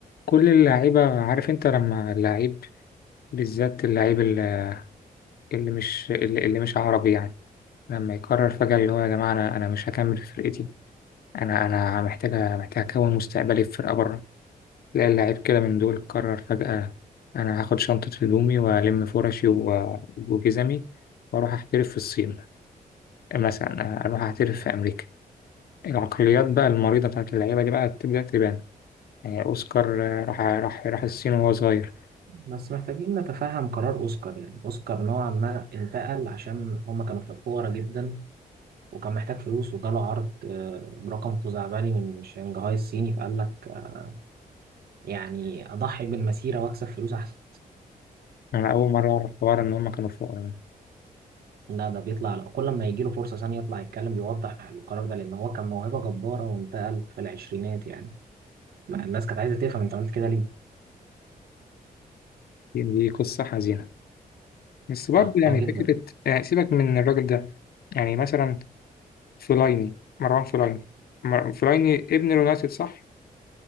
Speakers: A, on the left (about 80°); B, on the right (about 80°).
A: كل اللعيبة عارف انت لما اللعيب بالذات اللعيب اللي اللي مش اللي اللي مش عربي يعني لما يقرر فجأة اللي هو يا جماعة انا انا مش هكمل في فرقتي انا انا محتاجة محتاج اكون مستقبلي في فرقة بره تلاقي اللعيب كده من دول قرر فجأة انا هاخد شنطة هدومي والم فرشي و- وجزمي واروح احترف في الصين مثلا اروح احترف في امريكا العقليات بقى المريضة بتاعت اللعيبة دي بقى بتبدأ تبان يعني اوسكار آه، راح راح راح الصين وهو صغير
B: بس محتاجين نتفهم قرار أوسكار يعني أوسكار نوعا ما انتقل عشان هما كانوا ف- فقراء جدا وكان محتاج فلوس وجاله عرض آه، برقم خزعبلي من شنغهاي الصيني فقال لك آه، يعني أضحي بالمسيرة وأكسب فلوس أحسن
A: أنا أول مرة أعرف حوار إن هما كانوا فقراء
B: لا ده بيطلع كل ما يجي له فرصة ثانية يطلع يتكلم بيوضح القرار ده لأن هو كان موهبة جبارة وانتقل في العشرينات يعني ما الناس كانت عايزة تفهم أنت عملت كده ليه؟
A: دي دي قصة حزينة بس برضه
B: أه
A: يعني
B: آه، جدا
A: فكرة يعني سيبك من الراجل ده يعني مثلا فلايني مروان فلايني مر- فلايني ابن اليونايتد صح؟